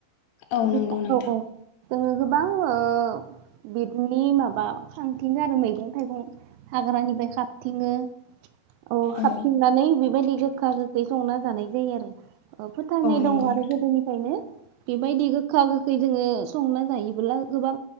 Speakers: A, on the left; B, on the right.
A: औ नंगौ
B: गोखा
A: नोंथां
B: औ औ जोङो गोबां ओ बेदिनो माबा खांथिङो आरो मैगं थाइगं हाग्रानिफ्राय खाबथिङो अ खाबथिंनानै
A: औ
B: बि बायदि गोखा गोखै संना जानाय जायो आरो। औ फोथायनाय
A: नंगौ
B: दङ आरो
A: नोंथां
B: गोदोनिफायनो बेबायदि गोखा गोखै जोङो संना जायोब्ला गोबां